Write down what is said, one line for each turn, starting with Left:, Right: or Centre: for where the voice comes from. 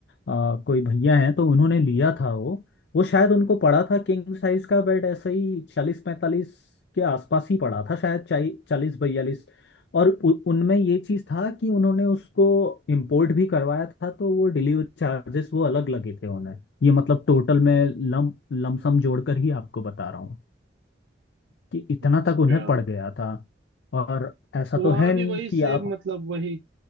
Left: आ, कोई भैया हैं तो उन्होंने लिया था वो वो शायद उनको
Right: हम्म।
Left: पड़ा था किंग साइज का बेड ऐसे ही चालीस पैंतालीस के आसपास ही पड़ा था शायद चालीस बयालीस और उ, उनमें ये चीज़ था कि उन्होंने उसको इम्पोर्ट भी करवाया था तो वो डिलीवरी चार्जेस वो अलग लगे थे उन्हें ये मतलब टोटल में लम लमसम जोड़कर ही आपको बता रहा हूँ कि इतना
Right: अच्छा
Left: तक उन्हें पड़ गया था और ऐसा
Right: तो
Left: तो
Right: वहां
Left: है
Right: भी
Left: नहीं
Right: वही सेम
Left: कि आप
Right: मतलब वही